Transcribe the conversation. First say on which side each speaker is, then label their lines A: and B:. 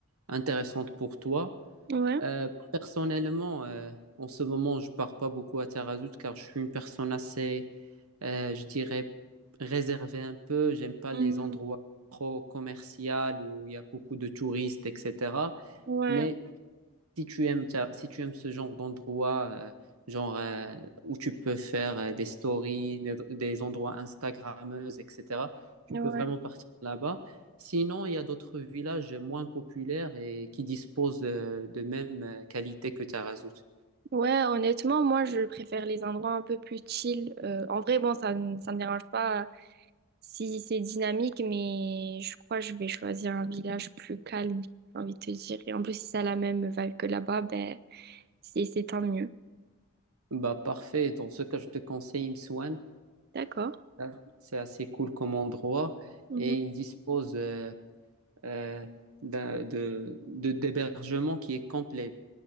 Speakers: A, on the right; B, on the right.
A: intéressante pour toi.
B: Ouais.
A: Euh, personnellement, euh, en ce moment, je pars pas beaucoup à Tarazout car je suis une personne assez, euh, je dirais, réservée un peu. J'aime pas
B: Hmm,
A: les endroits trop commerciaux où il y a beaucoup de touristes, etc.
B: Ouais.
A: Mais Si tu aimes, ça- si tu aimes ce genre d'endroit, euh, genre euh, où tu peux faire euh, des stories, des, des endroits Instagrammeuses, etc., tu
B: Ouais.
A: peux vraiment partir là-bas. Sinon, il y a d'autres villages moins populaires et qui disposent euh, de même euh, qualité que Tarazout.
B: Ouais, honnêtement, moi, je préfère les endroits un peu plus chill. Euh, en vrai, bon, ça ne ça me dérange pas si c'est dynamique, mais je crois que je vais choisir un village plus calme, j'ai envie de te dire. Et en plus, si ça a la même vibe que là-bas, ben, c'est c'est tant mieux.
A: Bah parfait. Dans ce cas, je te conseille Imsouane.
B: D'accord.
A: Hein, C'est assez cool comme endroit
B: Mhm.
A: et il dispose euh, euh, d'un- de, de- d'hébergement qui est complet.